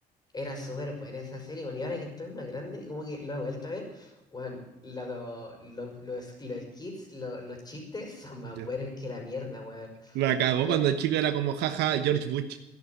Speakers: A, on the left; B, on the right.
A: Era súper buena esa serie, bueno, y ahora que estoy más grande, como que lo he vuelto a ver, bueno, los, los, los skits, lo- los chistes son más
B: ya.
A: buenos que la mierda, weón.
B: La cagó
A: Weón,
B: cuando el chico era como jaja, George Bush.